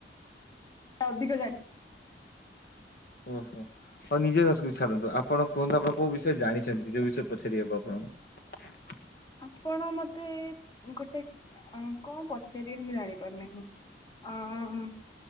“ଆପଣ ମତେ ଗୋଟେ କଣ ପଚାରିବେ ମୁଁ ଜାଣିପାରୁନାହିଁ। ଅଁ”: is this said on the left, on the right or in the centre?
Left